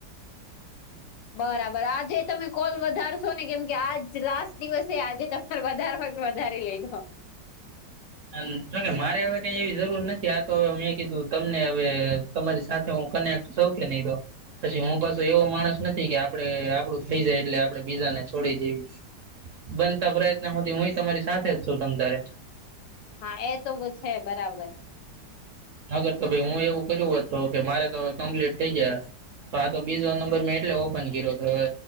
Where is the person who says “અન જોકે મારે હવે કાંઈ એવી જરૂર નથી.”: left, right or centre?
Right